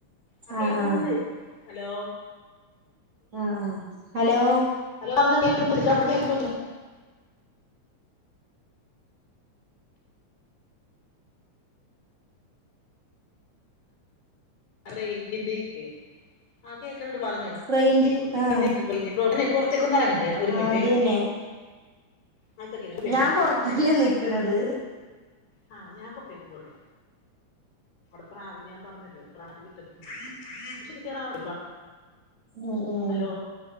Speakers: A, on the left (about 70°); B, on the right (about 30°).
A: ആ കേക്കുന്നുണ്ട്
B: ആഹ് ആഹ്
A: ഹലോ
B: ആഹ് ആഹ് ഹലോ
A: ഹലോ പറഞ്ഞ കേക്കുന്ന <unintelligible> <unintelligible> <unintelligible> റേയ്ഞ്ചിന്റെ ഇഷ്യുെ ആഹ് കേക്ക്ണ് ഇണ്ട് പറഞ്ഞോ
B: റേഞ്ച്
A: <unintelligible>
B: ആഹ്
A: <unintelligible> പൊറ്ത്ത്ക്കൊന്ന് എറങ്ങട്ടെ ഒരു
B: ആഹ്
A: മൻറ്റെ
B: അത് തന്നെ
A: <unintelligible>
B: ഞാൻ പൊറത്തന്നെ നിക്കണത്
A: ആ ഞാൻ പൊക്കക്ക് പോട്ടെ അടെ പ്രാവിനെ ഞാൻ പറഞ്ഞല്ലോ പ്രാവിനെ വിറ്റു <unintelligible> ഇപ്പ
B: ഉം ഉം
A: ഹലോ